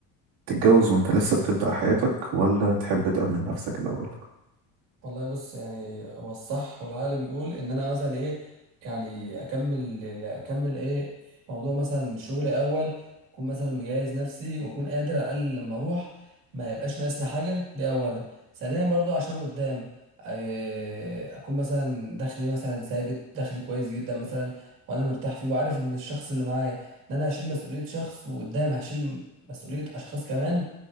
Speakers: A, on the right (about 75°); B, on the right (about 50°).
A: تتجوز وأنت لسه بتبدأ حياتك ولا تحب تأمن نفسك الأول؟
B: والله بص يعني هو الصح والعقل بيقول ان انا مثلا ايه يعني اكمل اكمل ايه موضوع مثلا شغلي اول اكون مثلا مجهز نفسي واكون قادر على الاقل لما اروح ما يبقاش ناقصنا حاجه دي اولا ثانيا برضو عشان قدام إيه، اكون مثلا دخلي مثلا ثابت دخلي كويس جدا مثلا وانا مرتاح فيه وعارف ان الشخص اللي معايا ان انا هشيل مسؤوليه شخص وقدام هشيل مسؤوليه اشخاص كمان